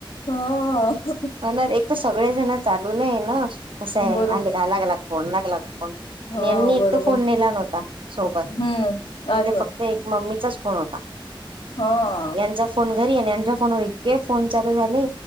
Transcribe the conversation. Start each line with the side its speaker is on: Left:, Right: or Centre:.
Left: हअ. हो.
Right: हो ना एक तर सगळेजण चालू नाहीय ना. कसं आहे
Left: बरोबर
Right: आले का लागला का फोन, लागला का फोन? आणि
Left: हा
Right: यांनी एक
Left: बरोबर
Right: तर फोन नेला नव्हता सोबत
Left: हम्म
Right: तिथे
Left: अरे
Right: फक्त एक मम्मीचाच फोन होता.
Left: हो
Right: यांचा फोन घरी आणि यांच्या फोनवर इतके फोन चालू झाले,